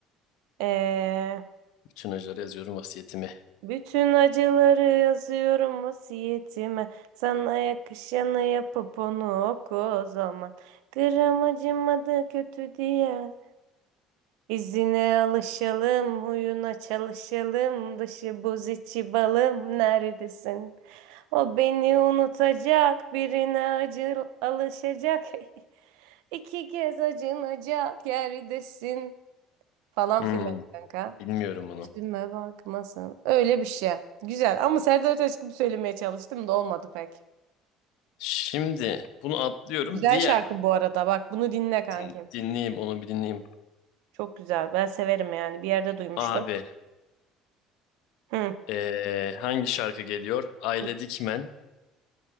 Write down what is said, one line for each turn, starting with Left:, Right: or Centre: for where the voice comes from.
Right: Ee,
Left: Bütün acıları yazıyorum vasiyetimi.
Right: bütün acıları yazıyorum vasiyetime. Sana yakışanı yapıp onu oku o zaman. Gram acımadı kötü diye. İzine alışalım, huyuna çalışalım, dışı buz içi balım neredesin? O beni unutacak, birine acı alışacak, <laughs> iki kez acınacak yerdesin falan
Left: Hmm,
Right: filan kanka.
Left: bilmiyorum bunu.
Right: Üzülme bakmasın. Öyle bir şey. Güzel ama Serdar Ortaç gibi söylemeye çalıştım da olmadı pek.
Left: Şimdi bunu atlıyorum.
Right: Güzel
Left: Diğer
Right: şarkı bu arada bak bunu dinle kankim.
Left: din- dinleyeyim onu bir dinleyeyim.
Right: Çok güzel ben severim yani bir yerde duymuştum.
Left: Abi
Right: Hı.
Left: Ee, hangi şarkı geliyor? Aile
Right: Hı.
Left: Dikmen'den